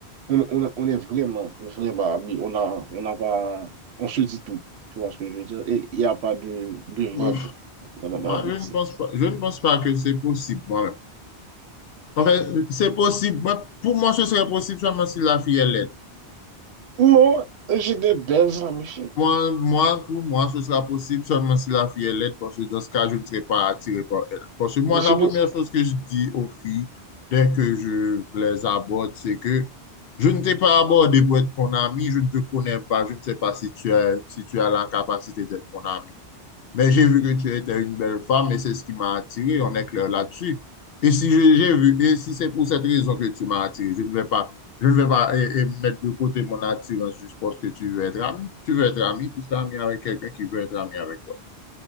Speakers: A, on the right; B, on the left.
A: on, on, on est vraiment, vraiment amis. On a, on n'a pas, on se dit tout. Tu vois ce que je veux dire? Et il n'y a pas de, de mode
B: Bon,
A: dans notre
B: Moi,
A: amitié.
B: je ne pense pas, je ne pense pas que c'est possible, moi-même. En fait, c'est possible. Moi, pour moi, ce serait possible seulement si la fille est laide.
A: Moi, j'ai des belles amies. chérie.
B: Moi, moi, pour moi, ce sera possible seulement si la fille est laide, parce que dans ce cas, je ne serai pas attiré par elle. Parce que moi,
A: J'ai
B: la première
A: de...
B: chose que je dis aux filles, dès que je les aborde, c'est que je ne t'ai pas abordé pour être ton ami, je ne te connais pas, je ne sais pas si tu as, si tu as la capacité d'être mon ami. Mais j'ai vu que tu étais une belle femme et c'est ce qui m'a attiré. On est clair là-dessus. Et si je- j'ai vu, et si c'est pour cette raison que tu m'as attiré, je ne vais pas, je ne vais pas eh, eh, mettre de côté mon attirance juste parce que tu veux être ami. Tu veux être ami, tu seras ami avec quelqu'un qui veut être ami avec toi.